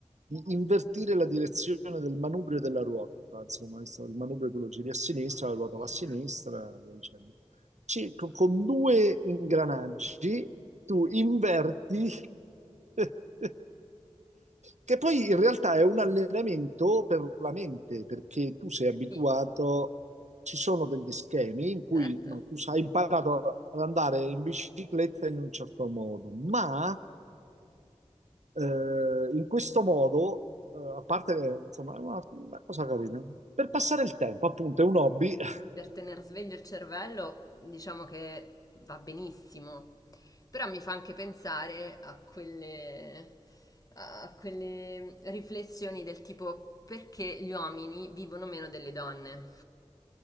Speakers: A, on the right (about 85°); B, on the left (about 30°).
A: di invertire la direzione del manubrio e della ruota, insomma, il manubrio tu lo giri a sinistra,
B: Oh mio
A: la ruota
B: Dio.
A: va a sinistra, e via dicendo. Ci- con con due ingranaggi tu inverti, <laughs> che poi in realtà è un allenamento per la mente, perché tu sei abituato...
B: Sì,
A: Ci sono degli schemi in cui
B: certo.
A: no, tu hai imparato ad andare in bicicletta in un certo modo, ma eh, in questo modo, eh, a parte che, insomma, è una, una cosa carina. Per passare il tempo, appunto, è un hobby. <laughs>
B: Per tenere sveglio il cervello, diciamo che va benissimo, però mi fa anche pensare a quelle, a quelle riflessioni del tipo perché gli uomini vivono meno delle donne,